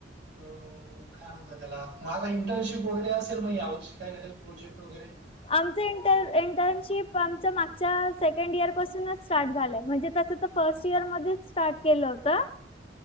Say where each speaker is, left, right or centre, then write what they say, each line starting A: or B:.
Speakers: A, on the right; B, on the left.
A: हो. काय म्हणता त्याला? मला का इंटर्नशिप वगैरे असेल मग यावर्षी काय काही प्रोजेक्ट वगैरे?
B: आमचं इंटर्नशिप, आमचं मागच्या सेकंड इयर पासूनच स्टार्ट झालंय. म्हणजे तसं तर - फर्स्ट इयरमध्येच स्टार्ट केलं होत.